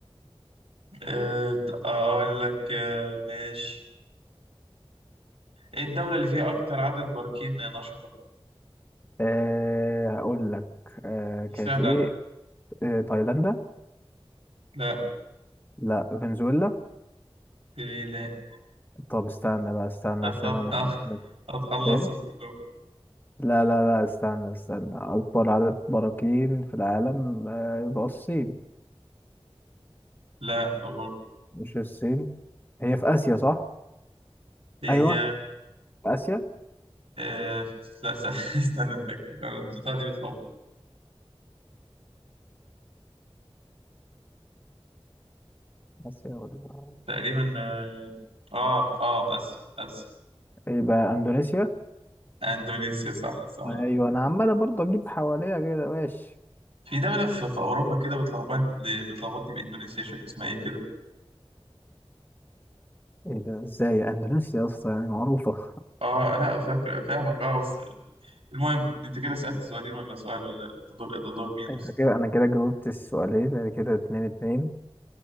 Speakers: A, on the right; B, on the left.
A: أه اقول لك أه ماشي ايه الدوله اللي فيها اكتر عدد براكين نشطه
B: أه هقول لك أه
A: دي
B: كانت
A: سهله
B: ايه
A: على فكره
B: أه تايلاندا
A: لا
B: لا فنزويلا
A: لا
B: طب استنى بقى استنى
A: لا
B: عشان انا
A: <laughs>
B: عارف.
A: هتخلصهم
B: ايه
A: كلهم
B: لا لا لا استنى استنى اكبر عدد براكين في العالم أه يبقى الصين
A: لا برضه
B: مش الصين هي في اسيا صح
A: هي
B: ايوه في اسيا
A: آه... لا س- <laughs> استنى اتاكد انا البتاعه دي بتلخبط
B: اسيا ولا
A: تقريبا اه اه آه، اسيا اسيا
B: يبقى اندونيسيا
A: اندونيسيا صح صح
B: ايوه انا عمال برضه اجيب حواليها كده ماشي
A: في دولة في, في أوروبا كده بتلخبط بتلخبطني بإندونيسيا مش فاكر اسمها إيه كده
B: ايه ده ازاي اندونيسيا يا اسطى يعني معروفة
A: آه لا فاكر فاهمك آه بس المهم أنت كده سألت سؤالين ولا سؤال ولا ده دور ده دور
B: <laughs>
A: مين أصلا
B: انت كده انا كده جاوبت السؤالين أدي كده اتنين اتنين